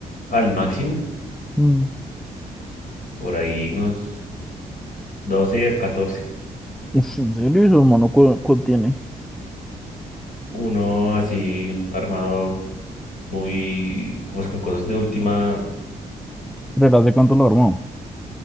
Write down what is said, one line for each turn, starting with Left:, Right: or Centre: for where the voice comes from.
Left: al máximo,
Centre: Mm.
Left: por ahí unos doce a 14.
Centre: Ush, ¿en serio? ¿Y su hermano cuál, cuál tiene?
Left: Uno así armado muy, pues con cosas de última,
Centre: ¿Pero hace cuánto lo armó?